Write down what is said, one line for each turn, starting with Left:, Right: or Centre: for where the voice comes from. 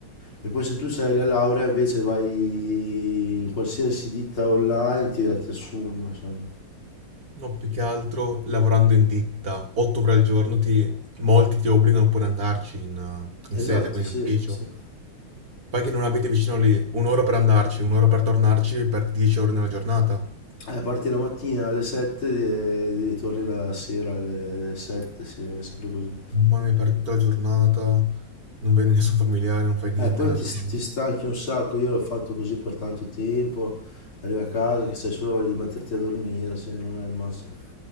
Left: E poi se tu hai la laurea invece vai in qualsiasi ditta online ti, ti assume, insomma.
Right: No, più che altro lavorando in ditta, 8 ore al giorno, ti, molti ti obbligano pure ad andarci in, eh,
Left: Esatto,
Right: in sede, quindi
Left: sì,
Right: in ufficio.
Left: sì.
Right: Poi che non abiti vicino lì, un'ora per andarci, un'ora per tornarci, per 10 ore nella giornata.
Left: Eh, parti la mattina alle 7 e torni la sera alle, alle 7, sì, è sempre così.
Right: Mamma mia, per tutta la giornata, non vedi nessun familiare, non fai niente
Left: Eh, poi
Right: nella
Left: ti,
Right: giornata.
Left: ti stanchi un sacco, io l'ho fatto così per tanto tempo, arrivi a casa che sei solo voglia di metterti a dormire, se non è il massimo.